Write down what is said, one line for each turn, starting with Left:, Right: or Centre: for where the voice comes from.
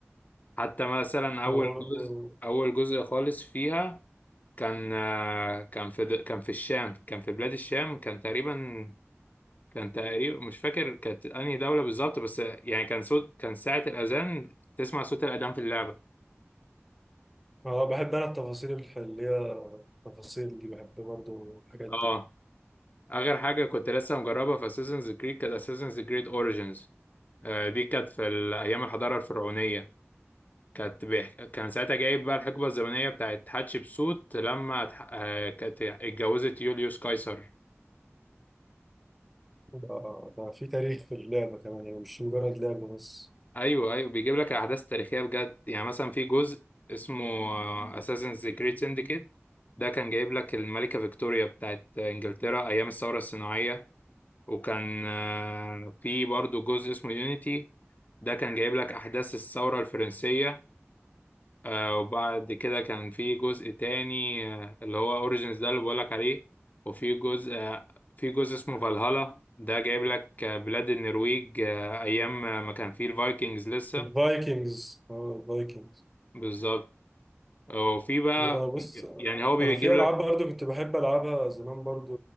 Left: حتى مثلا أول
Centre: انا برضه
Left: جزء أول جزء خالص فيها كان آه، كان في د- كان في الشام كان في بلاد الشام كان تقريبا كان تقريبا مش فاكر كانت انهي دولة بالظبط بس يعني كان صوت كان ساعة الأذان تسمع صوت الأذان في اللعبة
Centre: أنا بحب انا التفاصيل الح- اللي هي التفاصيل دي بحب برضه الحاجات دي
Left: اه آخر حاجة كنت لسه مجربها في اساسنز كريد كانت اساسنز كريد اوريجينز دي كانت في ال- أيام الحضارة الفرعونية كانت بيح... كان ساعتها جايب بقى الحقبة الزمنية بتاعت حتشبسوت لما اتح... آه، كانت اتجوزت يوليوس قيصر
Centre: ده ده في تاريخ في اللعبة كمان يعني مش مجرد لعبة بس
Left: أيوه أيوه بيجيب لك الأحداث التاريخية بجد يعني مثلا في جزء اسمه اساسنز كريد ده كان جايب لك الملكة فيكتوريا بتاعت إنجلترا أيام الثورة الصناعية وكان آه، في برضو جزء اسمه يونيتي ده كان جايب لك أحداث الثورة الفرنسية آه، وبعد كده كان في جزء تاني آه، اللي هو أوريجينز ده اللي بقولك عليه وفي جزء آه، في جزء اسمه فالهالا ده جايب لك آه، بلاد النرويج آه، أيام ما كان فيه الفايكنجز لسه
Centre: الفايكنجز اه الفايكنجز
Left: بالظبط وفي بقى
Centre: آه، بص
Left: يعني هو بيجيب
Centre: انا في
Left: لك
Centre: العاب برضه كنت بحب العبها زمان برضه